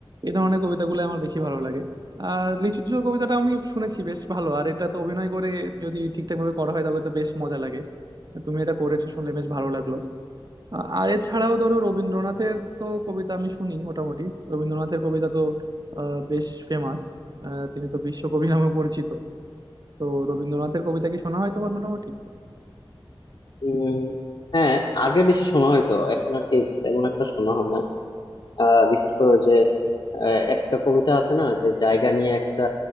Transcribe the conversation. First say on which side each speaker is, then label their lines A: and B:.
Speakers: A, on the right; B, on the left.
A: এই ধরনের কবিতাগুলো আমার বেশি ভালো লাগে আর লিচু চোর কবিতাটা আমি শুনেছি বেশ ভালো আর এটা তো অভিনয় করে যদি ঠিকঠাক ভাবে করা হয় তাহলে তো বেশ মজা লাগে তুমি এটা করেছো শুনলে বেশ ভালো লাগলো আ- আর এছাড়াও ধরো রবীন্দ্রনাথের তো কবিতা আমি শুনি মোটামুটি রবীন্দ্রনাথের কবিতা তো আহ, বেশ ফেমাস তিনি তো বিশ্বকবি নামে পরিচিত তো রবীন্দ্রনাথের কবিতা কি শোনা হয় তোমার মোটামুটি
B: উম হ্যাঁ আগে বেশি শোনা হয়তো এখন আর কি তেমন একটা শোনা হয় না আহ বিশেষ করে ওই যে আহ, একটা কবিতা আছে না যে জায়গা নিয়ে একটা